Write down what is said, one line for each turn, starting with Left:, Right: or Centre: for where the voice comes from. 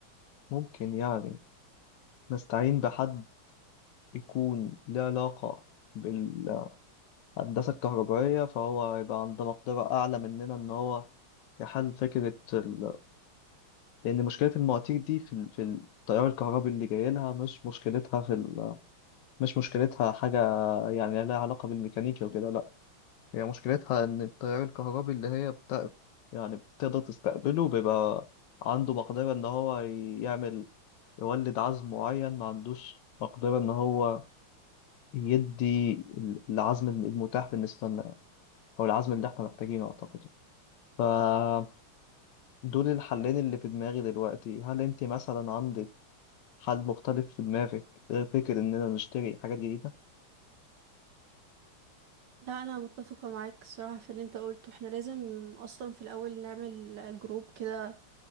Left: ممكن يعني نستعين بحد يكون له علاقة بالهندسة الكهربائية فهو يبقى عنده مقدرة أعلى مننا إن هو يحل فكرة ال... لأن مشكلة المواتير دي في, ال... في التيار الكهربي اللي جاي لها مش مشكلتها في ال... مش مشكلتها حاجة يعني لها علاقة بالميكانيكا وكده لأ هي مشكلتها إن التيار الكهربي اللي هي بتا... يعني بتقدر تستقبله بيبقى عنده مقدرة إن هو يعمل يولد عزم معين ما عندوش مقدرة إن هو يدي العزم المتاح بالنسبة لنا أو العزم اللي إحنا محتاجينه أعتقد فدول الحلين اللي في دماغي دلوقتي هل أنت مثلا عندك حل مختلف في دماغك غير فكرة إننا نشتري حاجات جديدة؟
Right: لا انا متفقه معاك الصراحه في اللي انت قلته احنا لازم اصلا في الاول نعمل جروب كده